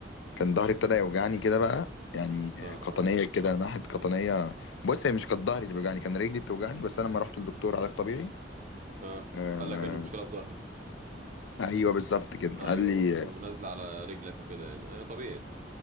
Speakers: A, on the left; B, on the right.
A: كان ظهري ابتدى يوجعني كده بقى يعني
B: اه
A: آه، قطنية
B: اه
A: كده ناحية قطنية بص هي مش كانت ظهري اللي بيوجعني كان رجلي بتوجعني بس انا لما رحت للدكتور علاج طبيعي
B: آه.
A: آه
B: قال لك ان المشكله في ظهرك
A: ايوه بالظبط كده
B: ايوه
A: قال لي
B: ونازله على رجلك وكده يعني آه طبيعي